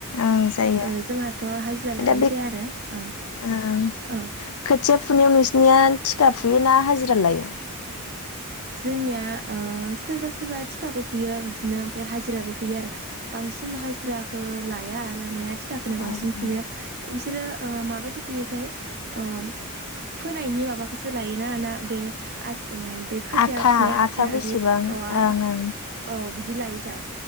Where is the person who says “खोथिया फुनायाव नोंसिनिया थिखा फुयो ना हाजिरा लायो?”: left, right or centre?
Left